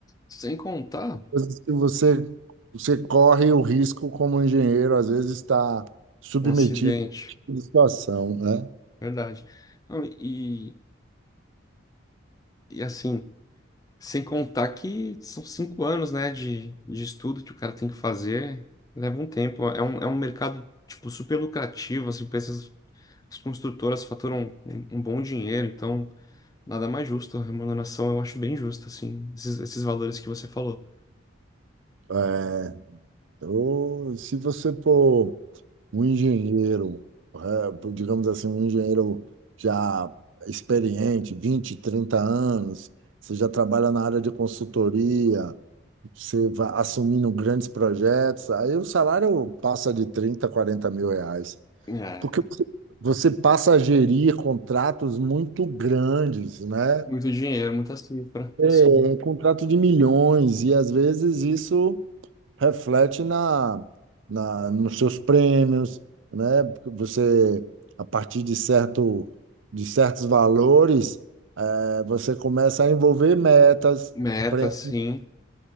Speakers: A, on the left (about 20°); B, on the right (about 75°).
A: Sem contar
B: coisas que você, você corre o risco como engenheiro, às vezes está submetido
A: um acidente,
B: a esse tipo de situação, né?
A: verdade. Não, e, e assim, sem contar que são cinco anos, né, de, de estudo que o cara tem que fazer, leva um tempo. É um, é um mercado, tipo, super lucrativo, assim, pra essas- as construtoras faturam um, um bom dinheiro, então nada mais justo. A remuneração eu acho bem justa, assim, esses, esses valores que você falou.
B: É, Eu, se você for um engenheiro, é, digamos assim, um engenheiro já experiente, 20 30 anos, você já trabalha na área de consultoria, você vai assumindo grandes projetos, aí o salário passa de 30 40 mil reais,
A: É,
B: porque você passa a gerir contratos muito grandes, né?
A: muito dinheiro, muita cifra.
B: É,
A: Sim.
B: um contrato de milhões, e às vezes isso reflete na, na nos seus prêmios, né? Porque Você, a partir de certo, de certos valores, eh, você começa a envolver metas,
A: Meta,
B: pre-
A: sim.